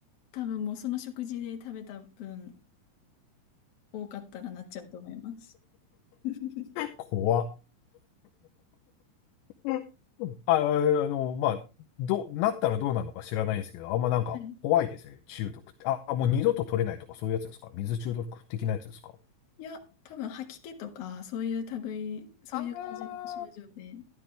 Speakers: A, on the left (about 65°); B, on the left (about 80°).
A: 多分もうその食事で食べた分多かったらなっちゃうと思います。<laughs>
B: 怖っうんあ、ああの、まあ、どう、なったらどうなのか知らないんですけど、あんまなんか怖いですね、
A: はい。
B: 中毒って。あ、もう二度と取れないとかそういうやつですか水中毒的なやつですか
A: いや、多分吐き気とか、そういう類、そういう感じの症状で、
B: あ